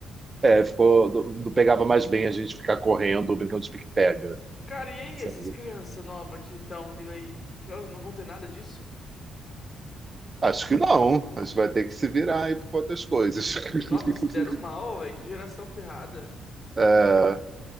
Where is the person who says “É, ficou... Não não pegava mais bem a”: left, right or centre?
Right